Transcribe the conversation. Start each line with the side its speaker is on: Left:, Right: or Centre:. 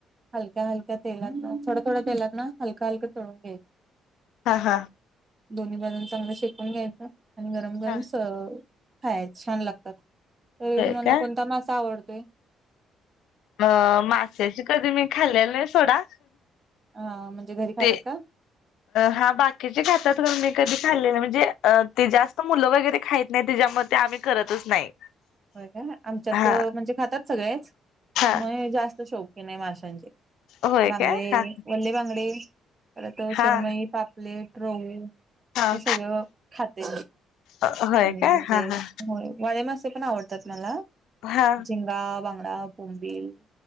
Right: हलक्या हलक्या तेलातनं थोडा थोड्या तेलात ना हलकं हलकं तळून घ्यायचं.
Left: हा हा.
Right: दोन्ही बाजून चांगलं शेकून घ्यायचं आणि गरम गरम
Left: हा
Right: स खायचं. छान लागतात तरी
Left: होय
Right: तुम्हाला
Left: का
Right: कोणता मासा आवडतोयं.
Left: अ माशची कधी मी खाल्लेला नाही सोडा.
Right: हा म्हणजे घरी खातात
Left: ते
Right: का?
Left: हा बाकीचे खातात मी कधी खाल्ले नाही म्हणजे ते जास्त मुलं वगैरे खाय. नाही त्याच्यामध्ये आम्ही करतच नाही.
Right: हो का, आमच्यात
Left: हा
Right: म्हणजे खातात सगळे
Left: हा
Right: म जास्त शौकीन नाही माशांची.
Left: होय
Right: बांगडे
Left: काय हा
Right: वल्ले बांगडे. परत
Left: हा
Right: सरमई पापलेट रहू.
Left: हा
Right: हे सगळं खाते
Left: होय
Right: आणि
Left: काय
Right: म्हणजे.
Left: हा हा
Right: होय वाळेमासे पण आवडतात मला
Left: हा
Right: झिंगा बांगडा बोंबिल.